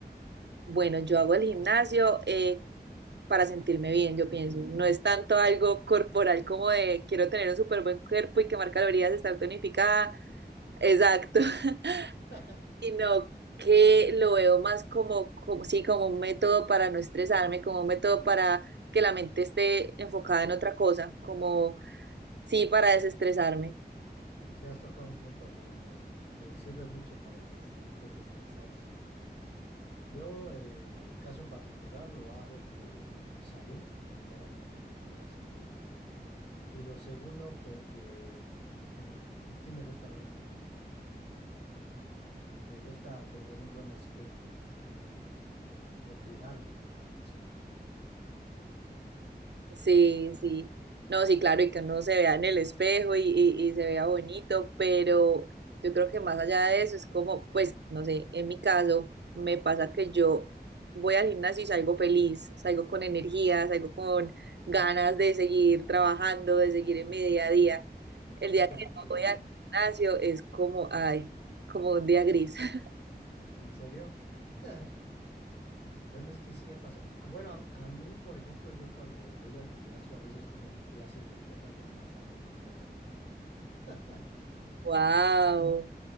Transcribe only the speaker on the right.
Bueno, yo hago el gimnasio eh, para sentirme bien, yo pienso. No es tanto algo corporal como de quiero tener un súper buen cuerpo y quemar calorías, estar tonificada, exacto, <laughs>
sino que lo veo más como, como, sí, como un método para no estresarme, como un método para que la mente esté enfocada en otra cosa, como, sí, para desestresarme.
Sí, sí. No, sí, claro, y que uno se vea en el espejo y, y- y se vea bonito, pero yo creo que más allá de eso es como, pues, no sé, en mi caso me pasa que yo voy al gimnasio y salgo feliz, salgo con energía, salgo con ganas de seguir trabajando, de seguir en mi día a día. El
día
que
no voy al
gimnasio es como, ay, como un día gris. <laughs>
Wow.